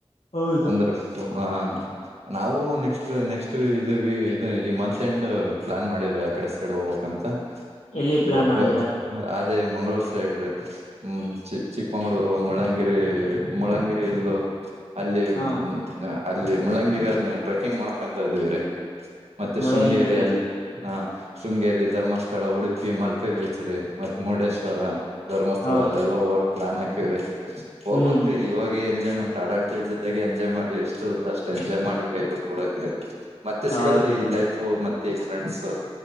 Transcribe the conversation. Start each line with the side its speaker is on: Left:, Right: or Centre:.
Left: ಹೌದು
Right: ಅಂದ್ರೆ ಹ ನಾವು ನೆಕ್ಸ್ಟ್ ಇದು ಇದು ಈ ಮಂತ್ ಎಂಡ್ ಪ್ಲಾನ್ ಮಾಡಿದ್ರಿ ಆ ಕಡೆ ಸೈಡ್ ಹೋಗ್ಬೇಕಕ್ ಅಂತ
Left: ಎಲ್ಲಿ
Right: <inaudible>
Left: ಪ್ಲಾನ್
Right: ಬ
Left: ಮಾಡಿದೀರಾ
Right: ಅದೇ ಮಂಗಗಳೂರು ಸೈಡ್ ಹ್ಮ ಚಿ ಚಿಕ್ಕಮಂಗಗಳೂರು ಮುಳ್ಳಂಗಿರಿ ಮುಳ್ಳಂಗಿರಿ ಇಲ್ಲೂ ಅಲ್ಲಿ
Left: ಹಾ
Right: ಅಲ್ಲಿ ಮುಳ್ಳಂಗಿರಿ ಅದ್ನ ಟ್ರೆಕ್ಕಿಂಗ್ ಮಾಡಕಂತ ಇದೀವ್ರಿ ಮತ್ತೆ
Left: ಮುಳ್ಳಯ್ಯನಗಿರಿ
Right: ಶೃಂಗೇರಿಯಲ್ಲಿ ಹ ಶೃಂಗೇರಿ ಧರ್ಮಸ್ಥಳ ಉಡುಪಿ ಮಲ್ಪೆ ಬೀಚ್ ರೀ ಮತ್ತ ಮುರುಡೇಶ್ವರ ಧರ್ಮಸ್ಥಳ
Left: ಹೌದು
Right: ಅಲ್ಲೆಲ್ಲಾ ಹೋಗಕ್ ಪ್ಲಾನ್ ಹಾಕವ್ರಿ ಹೋಗ್ಬಕ್
Left: ಹ್ಮ್
Right: ಇವಾಗ ಏನ್ ಎಂಜಾಯ್ಮೆಟ್ ಅಡಟ್ಟೇಜ ಇದಾಗ ಎಂಜ್ ಮಾಡಿ ಎಷ್ಟ ಇರುತ್ತ ಅಷ್ಟ ಎಂಜಾಯ್ ಮಾಡಿ ಕೈ ಬಿಟ್ಟ ಹುಡಕ್ರೆ ಮತ್ತೆ ಸಿಗಲ್ರಿ
Left: ಹೌದು
Right: ಲೈಫ್ ಮತ್ತೆ ಫ್ರೆಂಡ್ಸ್